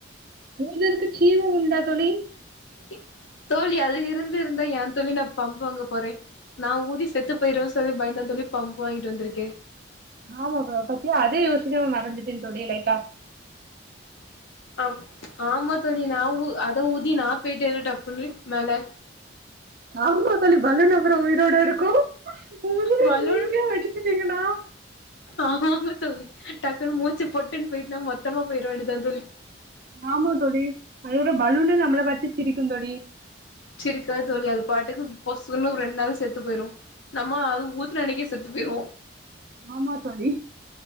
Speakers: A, on the right (about 50°); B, on the left (about 75°).
A: நீங்க அதுக்கு ஜீ ஓ உண்டா தோழி
B: இ தோழி அது இருந்து இருந்தா ஏ தோழி நா பம்பு வாங்க போறே நா ஊதி செத்து போயிருவே சொல்லி பயந்தா தோழி பம்பு வாங்கிட்டு வந்திருக்கே
A: ஆமா பா பத்தியா அதே யோசிக்காம மறந்துட்டே தோழி லைட்டா
B: ஆ ஆமா தோழி நா ஊ அத ஊதி நா போயிட்டேனா ட்ப்புனு மேல
A: ஆமா தோழி பலூன் அப்பறோ உயிரோட இருக்கு ஊதுன
B: பலூன்
A: நீங்க வெடிச்சிட்டீங்கனா
B: ஆமாங்க தோழி டக்குன்னு மூச்சு பொட்டுன்னு போயிட்டுனா மொத்தமா போயிட வேண்டிதா தோழி
A: ஆமா தோழி அதோட பலூனே நம்மள பாத்துசிரிக்கு தோழி
B: சிரிக்கா தோழி அது பாட்டுக்கு பொஸ்சுன்னு ரெண்டு நாள்ல செத்து போயிரு நம்ம அது ஊதுன அன்னிக்கே செத்து போய்ருவோ
A: ஆமா தோழி